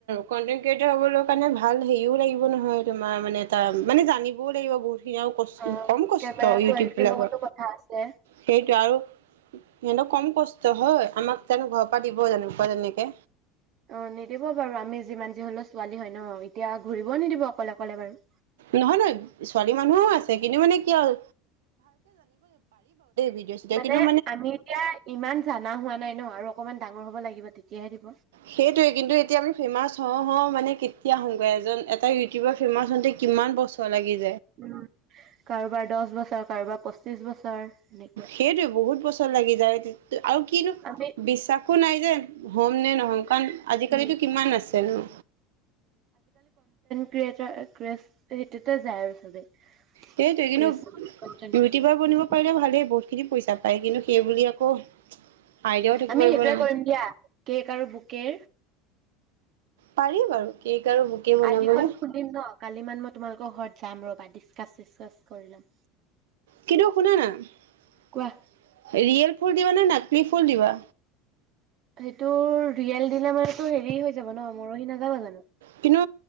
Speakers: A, on the right; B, on the right.
A: কনটে ক্ৰিয়েটাৰ হবলৈ কাৰণে ভাল হেৰিও লাগিব নহয় তোমাৰ মানে এটা মানে জানিবও লাগিব বহুতখিনি আৰু
B: অ'
A: কম কষ্ট
B: কেমেৰা কোৱালিটিৰ
A: ইউটিউব বিলাকৰ
B: লগতো কথা আছে।
A: সেইটোে আৰু সিহঁতক কম কষ্ট হয় আমাক যেন ঘৰৰ পৰা দিব তেনেকুৱা তেনেকে
B: অ নিদিব বাৰু আমি যিমান যি হলেও ছোৱালী হয় ন এতিয়া ঘূৰিবও নিদিব অকলে অকলে বাৰু
A: নহয় নহয় ছোৱালী মানুহোও আছে কিন্তু মানে কি হ'ল ভিডিঅ' চিডিঅ'
B: মানে
A: কিন্তু
B: আমি এতিয়া ইমান জানা হোৱা নাই ন আৰু অকমান ডাঙৰ ডাৰ হ'ব লাগিব তেতিয়াহে দিব
A: সেইটোৱে কিন্তু এতিয়া আমি ফেমাচ অ হ মানে এতিয়া আহগৈ এজন এটা ইউটিউবাৰ ফেমা হতে কিমান বছ্তৰ লাগিছে
B: উ কাৰোবাৰ দহ বছৰ কাৰোবাৰ পচ পঁচিছ বছৰ এনেকুৱা
A: সেইটোৱে বহুত বছৰ লাগি যায় আৰু কিনো
B: আমি
A: বিশ্বাসো নাই যে হ'ম নে নহ'ম কাৰণ আজিকালো
B: উম
A: কিমান আছে ন
B: ক্ৰিয়েট ক্ৰ সেইটোতে যায় আৰু চবে
A: সেইটোৱে কিন্তু
B: ক্ৰিয়েচন কন্টেন্ট ক্ৰিয়েচন
A: ৰুটিবাৰ বনিব
B: উম
A: পাৰিলে ভালেই বহুত খিনি পইচা পায় কিন্তু সেইব আকৌ আইডিয়াও থাকিব
B: আমি
A: লাগিব
B: সেইটোোৱে
A: ন
B: কৰিম দিয়া কেক আৰু বুকে
A: পাৰি বাৰু কেক আৰু বুকে বনাবলৈ
B: আইদিখন খুলিম ন কালি মান মই তোমালোকৰ ঘৰত যাম ৰ বা ডিচকাছ চিছকাছ কৰি ল'ম।
A: কিন্তু শুনা নায়েল
B: কোৱা
A: ফুল দিবা নে নাকলি ফুল দিবা।
B: সেইটো ৰিয়েল দিলা মানো হেৰি হৈ যাব ন মৰহি নাযাবা জানো
A: কিন্তু